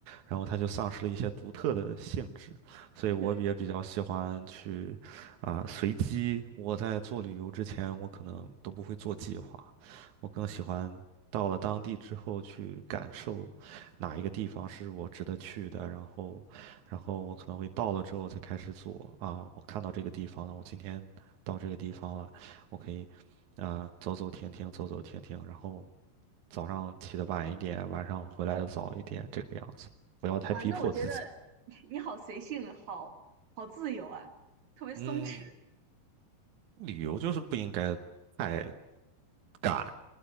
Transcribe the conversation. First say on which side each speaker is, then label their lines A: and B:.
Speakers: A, on the right; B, on the right.
A: 然后它就丧失了一些独特的性质。所以我也比较喜欢去啊、
B: 对，
A: 随机。我在做旅游之前，我可能都不会做计划，我更喜欢。到了当地之后，去感受哪一个地方是我值得去的，然后然后我可能会到了之后才开始做啊，我看到这个地方了，我今天到这个地方了，我可以啊、走走停停，走走停停，然后早上起得晚一点，晚上回来的早一点，这个样子，不要太逼迫自己。
B: 哇，那我觉得 <laughs> 你好随性啊，好好自由啊，特别松弛。
A: 嗯，旅游就是不应该太赶，